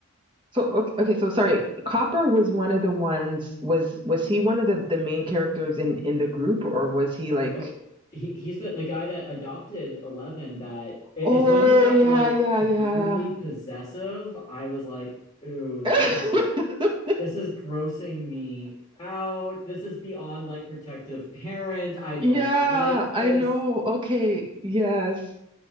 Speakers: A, on the right (about 20°); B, on the left (about 30°).
A: So okay, okay, so sorry. Copper was one of the ones was was he one of the the main characters in in the group or was he like
B: Oh, he he's the the guy that adopted Eleven. That it-
A: Oh
B: it's when he got
A: yeah,
B: like
A: yeah, yeah.
B: weirdly possessive. I was like, ooh,
A: <laughs>
B: this is this is grossing me out. This is beyond like protective parent. I don't
A: Yeah,
B: like
A: I
B: this.
A: know. Okay. Yes.